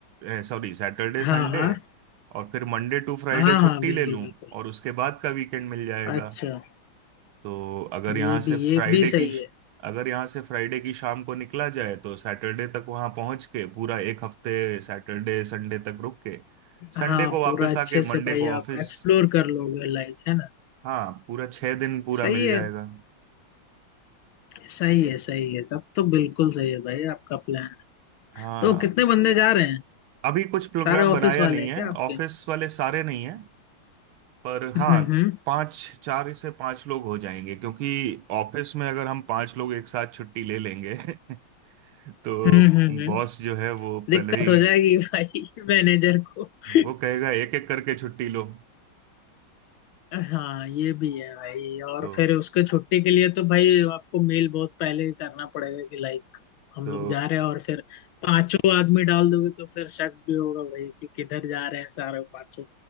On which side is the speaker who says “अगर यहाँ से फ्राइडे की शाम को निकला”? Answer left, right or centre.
Right